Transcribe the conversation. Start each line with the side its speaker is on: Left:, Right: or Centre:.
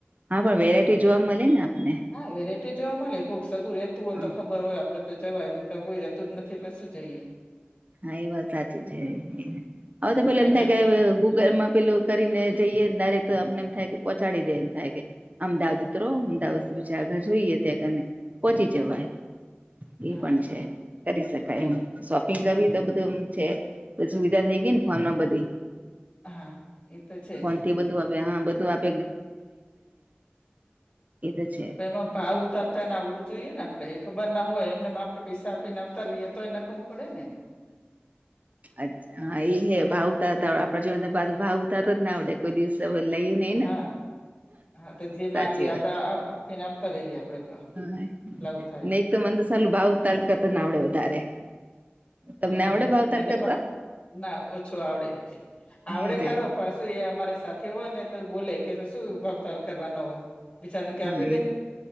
Right: હા પણ વેરાયટી
Left: એટલે
Right: જોવા મળે ને આપને
Left: હા વેરાયટી જોવા મળે કોઈક સગું રહેતું હોય
Right: હા
Left: તો ખબર હોય આપડે તો જવા એમને કોઈ રતું જ નથી એટલે શું જઈએ.
Right: હા એ વાત સાચી છે હવે
Left: હા
Right: તો પેલા એમ
Left: અજાણ
Right: થાય કે ગૂગલમાં પેલું. કરીને જઈએ ડાયરેક્ટ તે અમને એમ થાય કે પહોચાડી દે એમ થાય કે અમદાવાદ ઉતરો અમદાવાદ ચાલતા જોઈએ ત્યાંને કને પહોંચી જવાય.
Left: હા
Right: એ પણ છે કરી શકાય
Left: હા
Right: એમ શોપિંગ
Left: હમ
Right: કરવી તો બધું છે સુવિધા થઈ ગઈ ને ફોન બધી
Left: હા એ છે
Right: ફોન
Left: જ
Right: થી બધું હવે આપ હા બધું આપ એ છે
Left: તો એમાં ભાવ ઉતારતા ને આવડું જોઈએ ને. ને ખબર ના હોય એમને આપણે પૈસા આપીને આવતા રહીએ તો એ નકામુ પડે ને.
Right: અચ્છા હા એ હે ભાવ ઉતાર હતા આપણા જીવન ભાવ ઉતાર જ ના આવડે. કોઈ દિવસ લઈએ નહી
Left: હા હા તો જે
Right: સાચી
Left: માંગીએ આપડે
Right: વાત.
Left: આ- આ પીને આવતા રઈએ આપડે. તો
Right: હા
Left: એટલે આવું થાય
Right: ને એક તો મન તો સાલું ભાવ તાલ કરતા ન આવડે વધારે. તમને
Left: હા
Right: આવડે ભાવતાલ
Left: મને
Right: કરતા
Left: પણ ના ઓછો આવડે આવડે
Right: એ જ
Left: ખરો પણ તો એ અમારે સાથે હોય ને તો એ બોલે કે શું ભાવ તાલ કરવાનો હોય. બિચારાને
Right: હા
Left: આપી દે
Right: એ